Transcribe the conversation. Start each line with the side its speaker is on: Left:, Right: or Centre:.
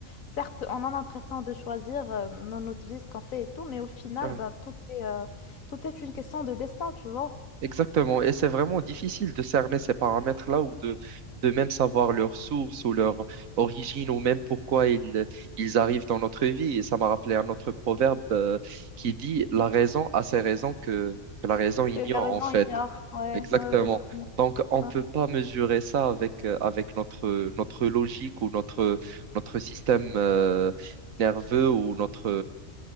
Left: certes, on a l'impression de choisir euh, dans notre vie ce qu'on fait et tout, mais au final,
Right: Ouais.
Left: ben, tout est, euh, tout est une question de destin, tu vois.
Right: Exactement, et c'est vraiment difficile de cerner ces paramètres-là ou de, de même savoir leur source ou leur origine ou même pourquoi ils, ils arrivent dans notre vie. Et ça m'a rappelé un autre proverbe euh, qui dit la raison a ses raisons que, que la raison ignore
Left: Le- La raison
Right: en fait.
Left: ignore. Ouais,
Right: Exactement.
Left: ouais, ouais, je te mets.
Right: Donc on ne
Left: Ouais,
Right: peut pas mesurer ça avec, euh, avec notre, notre logique ou notre, notre système euh, nerveux ou notre,